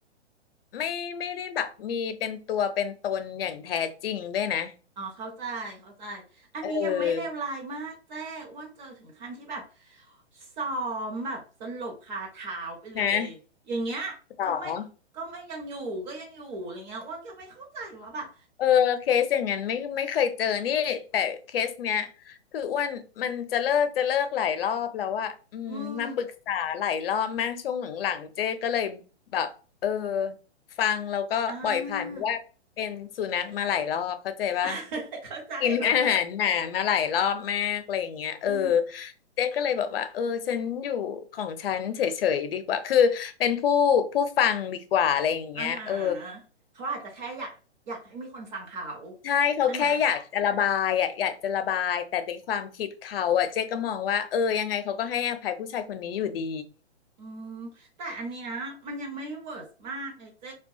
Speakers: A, on the left (about 55°); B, on the right (about 40°).
A: ไม่ไม่ได้แบบมีเป็นตัวเป็นตนอย่างแท้จริงด้วยนะ
B: อ๋อเข้าใจเข้าใจอันนี้ยังไม่เลวร้ายมากเจ้อ้วนเจอถึงขั้นที่แบบ
A: เออ
B: ซ้อมแบบสลบคาเท้าไปเลยอย่างเงี้ยก็ไม่ก็ไม่ยังอยู่ก็ยังอยู่อะไรเงี้ยอ้วนก็ไม่เข้าใจว่าแบบ
A: นะหรอ เออเคสอย่างนั้นไม่ไม่เคยเจอนี่แต่เคสเนี้ยคืออ้วนมันจะเลิกจะเลิกหลายรอบแล้วอะอืมมาปรึกษาหลายรอบมากช่วงหลังๆเจ๊ก็เลยแบบเออ
B: อืม
A: ฟังแล้วก็ปล่อยผ่านเพราะว่าเป็นสุนัขมาหลายรอบเข้าใจปะ
B: อ่า <laughs> เข้าใจเข้าใจ
A: กินอาหารหนามาหลายรอบมากอะไรอย่างเงี้ยเออ
B: อืม
A: เจ๊ก็เลยบอกว่าเออฉันอยู่ของฉันเฉยๆดีกว่าคือเป็นผู้ผู้ฟังดีกว่าอะไรอย่างเงี้ยเออ
B: อ่าฮะเขาอาจจะแค่อยากอยากให้มีคนฟังเขา
A: ใช่เขาแค่อยากจะระบายอ่ะอยากจะระบายแต่ในความคิดเขาอ่ะเจ๊ก็มองว่าเออยังไงเขาก็ให้อภัยผู้ชายคนนี้อยู่ดี
B: ใช่ไหม อืมแต่อันเนี้ยมันยังไม่เวิร์สมากเลยเจ้